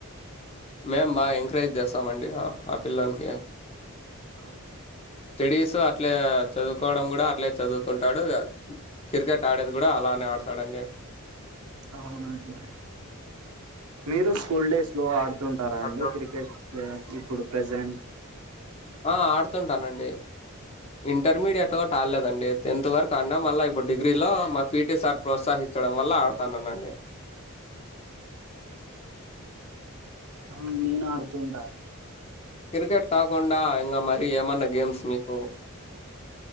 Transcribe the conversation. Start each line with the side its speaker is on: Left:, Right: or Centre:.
Left: మేం బాగా ఎంకరేజ్ చేస్తామండి ఆ పిల్లోనికి
Right: ఆ అండి
Left: స్టడీస్ అట్లే చదువుకోవడం కూడా అట్లే చదువుకుంటాడు క్రికెట్ ఆడేది కూడా అలానే ఆడతాడండి
Right: అవునండి మీరు స్కూల్ డేస్ లో ఆడుతుంటారా
Left: ఆడుతున్
Right: అండి క్రికెట్ ప్ర్ ఇప్పుడు ప్రజెంట్
Left: ఆ ఆడుతుంటానండి ఇంటర్మీడియట్ ఒకటి ఆడలేదు అండి టెన్త్ వరకు ఆడిన్నా మళ్ళా ఇప్పుడు డిగ్రీలో మా పి టి సార్ ప్రోత్సహించడం వల్ల ఆడతాననండి
Right: ఆ నీను ఆడుతుంట
Left: క్రికెట్ కాకుండా ఇంకా మరీ ఏమన్నా గేమ్స్ మిక్